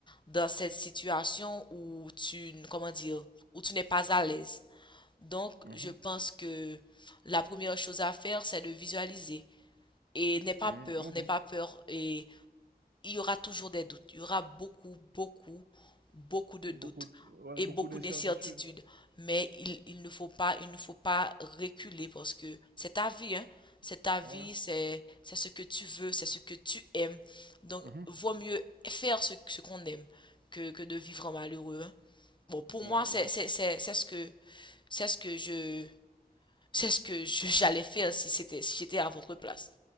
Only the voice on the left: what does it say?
dans cette situation où tu, n- comment dire, où tu n'es pas à l'aise. Donc,
je pense que la première chose à faire, c'est de visualiser. Et n'aie pas
peur,
n'aie pas peur. Et il y aura toujours des doutes. Il y aura beaucoup, beaucoup, beaucoup de
doutes
et
beaucoup
d'incertitudes. Mais il, il ne faut pas, il ne faut pas reculer parce que c'est ta vie, hein. C'est ta
vie, c'est, c'est ce que tu veux, c'est ce que tu aimes. Donc,
vaut mieux faire ce, ce qu'on aime que, que de vivre malheureux, hein. Bon, pour
moi, c'est,
c'est, c'est, c'est ce que, c'est ce que je, c'est ce que je- <laughs> j'allais faire si c'était, si j'étais à votre place.